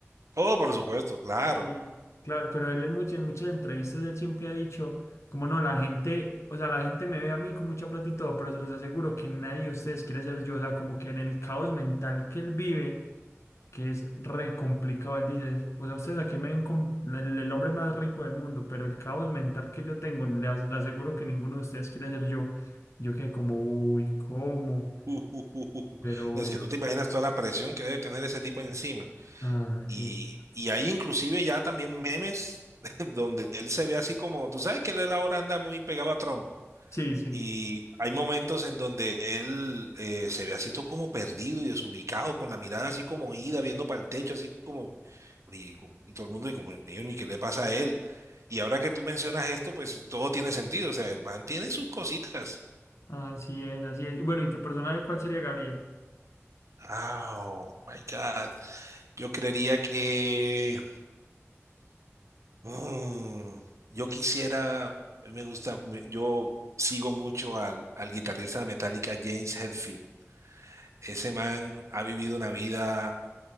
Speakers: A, on the right; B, on the left.
A: Oh, por supuesto, claro.
B: Sí. Claro, pero él en muchas, en muchas entrevistas él siempre ha dicho, como no, la gente, o sea, la gente me ve a mí con mucha plata y todo, pero se los aseguro que nadie de ustedes quiere ser yo. O sea, como que en el caos mental que él vive, que es re complicado, él dice, pues a ustedes aquí me ven con la- el, el hombre más rico del mundo, pero el caos mental que yo tengo, le, as- le aseguro que ninguno de ustedes quiere ser yo. Yo quedé como, uy, ¿cómo?
A: Uh, uh, uh, uh, uh.
B: Pero bueno.
A: Es que tú te imaginas toda la presión que debe tener ese tipo encima.
B: Ah,
A: Y,
B: sí.
A: y hay inclusive ya también memes <laughs> donde él se ve así como, tú sabes que él ahora anda muy pegado a Trump.
B: Sí, sí.
A: Y hay momentos en donde él eh, se ve así todo como perdido y desubicado, con la mirada así como ida, viendo para el techo, así como, y, y todo el mundo, y como, ¿y qué le pasa a él? Y ahora que tú mencionas esto, pues todo tiene sentido. O sea, el man tiene sus cositas.
B: Así es, así es. Y Bueno, ¿y tu personaje cuál sería Gabriel?
A: Ah, Oh my God. Yo creería que mm, yo quisiera, me gusta, me- yo sigo mucho al, al guitarrista de Metallica, James Hetfield. Ese man ha vivido una vida